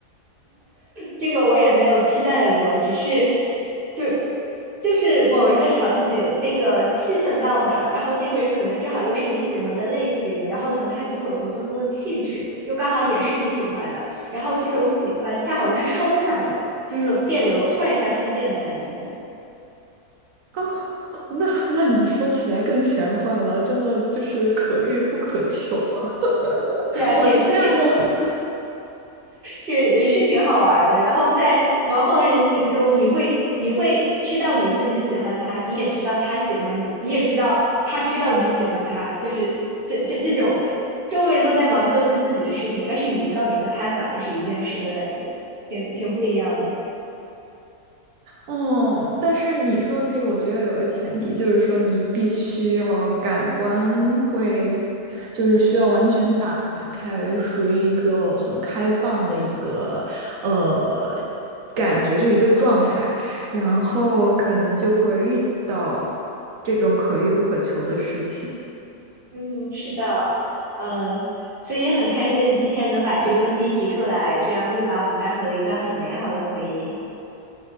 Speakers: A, on the right; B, on the right.
A: 这个我也没有期待过，只是就就是某一个场景，那个气氛到那儿了，然后这个人可能正好又是你喜欢的类型，然后可能他举手投足中的气质又刚好也是你喜欢的，然后这种喜欢恰好又是双向的，就是这种电流突然一下通电的感觉。
B: 啊，<laughs> 那那你说起来更玄幻了，真的就是可遇不可求啊，
A: 是啊，
B: <laughs> 好羡慕。
A: 挺挺
B: <laughs>
A: 是也是挺好玩的。然后在茫茫人群中，你会你会知道你自己喜欢他，你也知道他喜欢你，你也知道他知道你喜欢他，就是这这这种周围人都在忙各自自己的事情，但是你知道你和他想的是一件事的感觉，挺挺不一样的。
B: 嗯，但是你说的这个，我觉得有个前提，就是说你必须要感官会，就是需要完全打开，属于一个很开放的一个呃感觉，就是一个状态，然后可能就会遇到这种可遇不可求的事情。
A: 嗯，是的，呃，所以也很开心你今天能把这个问题提出来，这样又把我们带回了一段很美好的回忆。